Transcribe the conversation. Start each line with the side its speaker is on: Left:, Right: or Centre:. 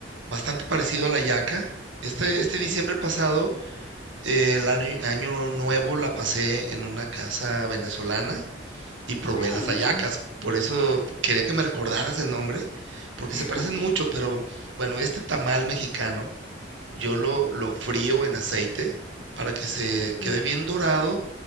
Right: bastante parecido a la yaca. Este,
Left: Ok.
Right: este diciembre pasado Eh, El año año nuevo la pasé en una casa venezolana y probé
Left: Ah,
Right: las
Left: buenísimo.
Right: hallacas. Por eso quería que me recordaras el nombre, porque
Left: <laughs>
Right: se parecen mucho, pero bueno, este tamal mexicano yo lo, lo frío en aceite para que se
Left: Ok.
Right: quede bien dorado